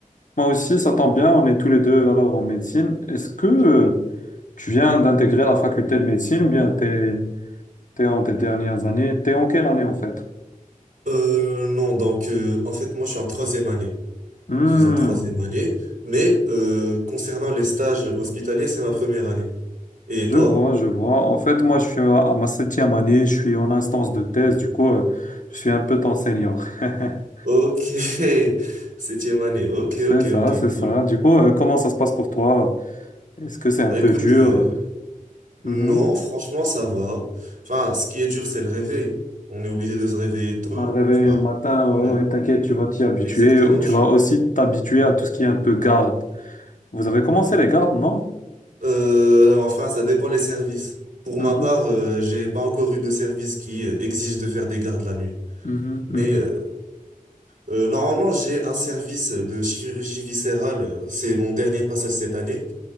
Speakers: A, on the left (about 65°); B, on the right (about 70°).
A: Moi aussi, ça tombe bien. On est tous les deux alors en médecine. Est-ce que, euh, tu viens d'intégrer la faculté de médecine ou bien t'es, t'es en tes dernières années? T'es en quelle année en fait?
B: Euh, non, donc, euh, en fait, moi, je suis en troisième année.
A: Hmm,
B: Je suis en troisième année, mais euh, concernant les stages hospitaliers, c'est ma première année. Et
A: je
B: toi?
A: vois, je vois. En fait, moi, je suis à à ma septième année. Je suis en instance de thèse. Du coup, euh, je suis un peu ton senior. <laughs>
B: Ok, <laughs> septième année. Ok,
A: C'est
B: ok,
A: ça,
B: ok,
A: c'est ça.
B: cool.
A: Du coup, euh, comment ça se passe pour toi? Est-ce que c'est un
B: Bah
A: peu
B: écoute,
A: dur?
B: euh, Non,
A: Mhm.
B: franchement, ça va. Enfin, ce qui est dur, c'est le réveil. On est obligé de se réveiller tôt.
A: Un réveil
B: Enfin,
A: le matin, ouais,
B: le-
A: ouais, t'inquiète, tu vas t'y habituer.
B: exactement.
A: Tu
B: Je-
A: vas aussi t'habituer à tout ce qui est un peu garde. Vous avez commencé les gardes, non?
B: Euh, enfin, ça dépend les services. Pour
A: Mhm,
B: ma part, euh, j'ai pas encore eu de service qui euh, exige de faire des gardes la nuit.
A: mhm,
B: Mais
A: mhm.
B: euh, euh, normalement, j'ai un service de chirurgie viscérale. euh, C'est mon dernier passage cette année.